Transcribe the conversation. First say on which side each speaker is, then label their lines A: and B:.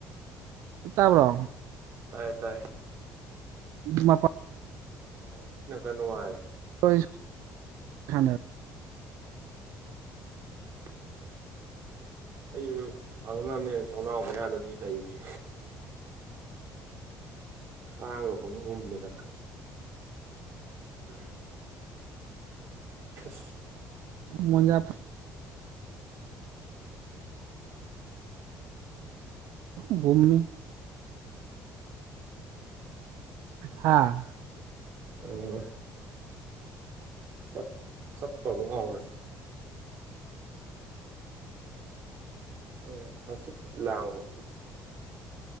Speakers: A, on the right; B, on the right.
A: ꯇꯥꯕ꯭ꯔꯣ
B: ꯇꯥꯏꯌꯦ ꯇꯥꯏꯌꯦ
A: ꯃꯄꯥ
B: ꯑꯣ ꯁꯤꯅ ꯈꯔ ꯅꯨꯡꯉꯥꯏꯔꯦ꯫
A: ꯍꯣꯏ <unintelligible>
B: <unintelligible> ꯑꯩꯖꯨ ꯐꯪꯅꯕꯅꯦꯅ ꯊꯣꯡꯅꯥꯎ ꯃꯌꯥꯗꯅꯤ ꯂꯩꯔꯤꯖꯦ꯫ ꯀꯒ ꯍꯨꯝ ꯍꯨꯝꯗꯗꯅ ꯝ ꯑ
A: ꯃꯖ ꯨꯝꯨꯝꯃꯤ ꯍꯥ
B: ꯑꯣ ꯆꯞ ꯆꯠꯄꯕꯨꯨꯡꯔꯦ ꯑꯗꯨ ꯍꯪꯆꯤꯠꯄꯨꯗꯤ ꯂꯥꯡꯕ